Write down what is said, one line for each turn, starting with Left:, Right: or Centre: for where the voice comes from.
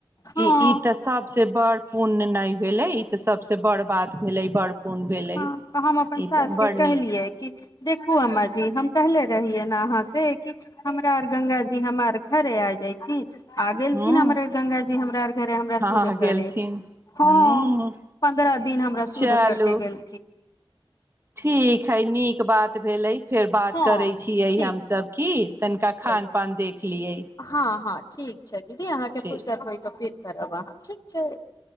Left: हँ
Right: ई ई तऽ सभ से बड़ पुण्य नहि भेलै ई तऽ सबसँ बड़ बात भेलै बड़ पुण्य भेलै
Left: हँ तऽ हम अपन सास
Right: ई तऽ
Left: के
Right: बड़
Left: कहलियै
Right: नीक
Left: कि देखू अम्मा जी हम कहले रहियै ने अहाँ से कि हमरार गङंगााजी हमार घरे आ जयथिन आ गेलथिन
Right: हूँ
Left: हमर गंगााजी हमरार घरे हमरा
Right: हँ
Left: शुद्ध करे
Right: गेलथिन
Left: हँ
Right: हूँ
Left: पन्द्रह दिन हमरा शुद्ध
Right: चलू
Left: करके गेल
Right: ठीक हइ नीक बात भेलै फेर बात
Left: हँ
Right: करै छियै
Left: ठीक
Right: हमसब
Left: छै
Right: की तनिका
Left: चलू
Right: खान पान देख लियै
Left: हँ हँ ठीक छै दीदी अहाँके
Right: ठीक
Left: फुरसत होयत फिर करब अहाँ ठीक छै